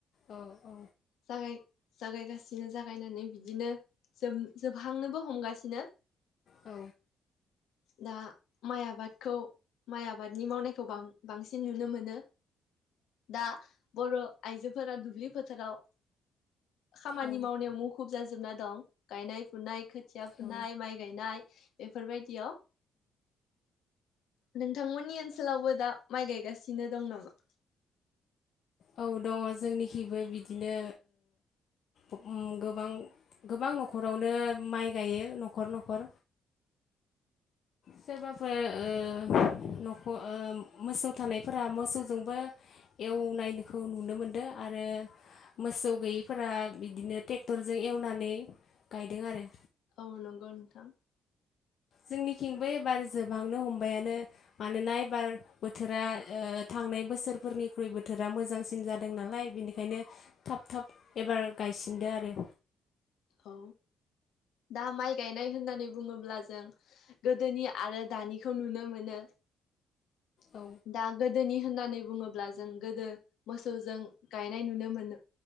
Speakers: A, on the left; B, on the left.
A: औ औ
B: जागाय जागायगासिनो जागायनानै बिदिनो जोब जोबहांनोबो हमगासिनो
A: औ
B: दा माइ आबादखौ माइ आबादनि मावनायखौ बां बांसिन नुनो मोनो, दा बर' आइजोफोरा दुब बि फोथाराव, खामानि
A: औ
B: मावनायाव मुखुब जाजो जोबना दं गायनाय फुनाय खोथ खोथिया फुनाय
A: औ
B: माइ गायनाय बेफोरबायदि, इयाव नोंथांमोननि ओनसोलावबो दा माइ गायगासिनो दं नामा?
A: औ दङ जोंनिखिबो बिदिनो ओ गोबां गोबां न'खरावनो माइ गायो न'खर न'खर सोरबाफोर ओ न'खर ओ मोसौ थानायफोरा मोसौजोंबो एवनायनोखौ नुनो मोनदों आरो मोसौ गैयैफोरा बिदिनो ट्रेक्टरजों एवनानै गायदों आरो
B: औ नंगौ नोंथां
A: जोंनिथिंबो एबार जोबहांनो हमबायानो मानोना एबार बोथोरा ओ थांनाय बोसोरफोरनिख्रुइ बोथोरा मोजांसिन जादों नालाय बेनिखायनो थाब थाब एबार गायसिनदो आरो
B: औ दा माइ गायनाय होननानै बुङोब्ला जों गोदोनि आरो दानिखौ नुनो मोनो,
A: औ
B: दा गोद गोदोनि होननानै बुङोब्ला जों गोदो मोसौजों गायनाय नुनो मोनो